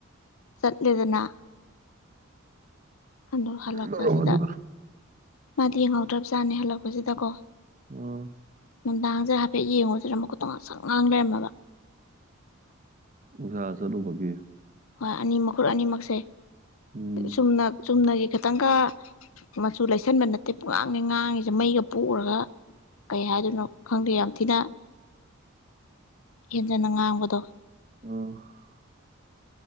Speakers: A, on the left; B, on the right.
A: ꯆꯠꯂꯦꯗꯅ ꯑꯗ ꯍꯜꯂꯛꯄꯁꯤꯗ
B: ꯂꯧꯔꯝꯃꯣ ꯑꯗꯨꯒ
A: ꯃꯥꯗꯤ ꯌꯦꯡꯍꯧꯗ꯭ꯔꯕꯖꯥꯠꯅꯦ ꯍꯜꯂꯛꯄꯁꯤꯗꯀꯣ
B: ꯑ
A: ꯅꯨꯡꯗꯥꯡꯁꯦ ꯍꯥꯏꯐꯦꯠ ꯌꯦꯡꯉꯨꯁꯤꯔ ꯃꯈꯨꯠꯇꯣ ꯉ ꯁꯪ ꯉꯥꯡ ꯂꯩꯔꯝꯃꯕ
B: ꯁ ꯑꯁ ꯑꯗꯨꯨꯕꯒ
A: ꯍꯣꯏ ꯑꯅꯤ ꯃꯈꯨꯜ ꯑꯅꯤꯃꯛꯁꯦ
B: ꯎꯝ
A: ꯆꯨꯝꯅ ꯆꯨꯝꯅꯒꯤ ꯈꯤꯇꯪꯒ ꯃꯆꯨ ꯂꯩꯁꯟꯕ ꯅꯠꯇꯦ ꯄꯉꯥꯡꯅꯤ ꯉꯥꯡꯉꯤꯁꯦ ꯃꯩꯒ ꯄꯨꯣꯛꯎꯔꯒ ꯀꯩ ꯍꯥꯏꯗꯣꯏꯅꯣ ꯈꯪꯗꯦ ꯌꯥꯝ ꯊꯤꯅ ꯏꯟꯖꯅ ꯉꯥꯡꯕꯗꯣ
B: ꯑ